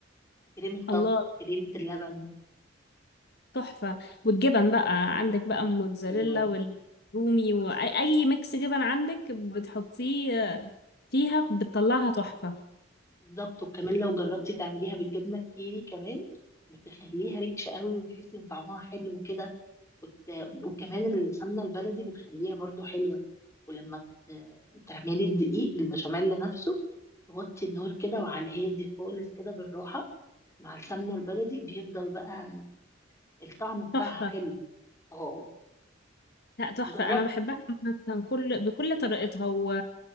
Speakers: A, on the left; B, on the left.
A: كريمة طبخ
B: الله
A: كريمة اللبن
B: تحفة والجبن بقى عندك بقى موتزاريلا
A: أيوة
B: والرومي وأي أي ميكس جبن عندك بتحطيه فيها بتطلعها تحفة
A: بالظبط وكمان لو جربتي تعمليها بالجبنة الكيري كمان بتخليها ريتش قوي وتحسي إن طعمها حلو كده وت- وكمان السمنة البلدي بتخليها برضو حلوة ولما ت- تعملي الدقيق البشاميل نفسه توطي النار كده وعلى الهادي خالص كده بالراحة مع السمنة البلدي بيفضل بقى الطعم بتاعها
B: تحفة
A: حلو اه
B: لا تحفة
A: جربت
B: أنا بحبها عامة كل بكل طريقتها و...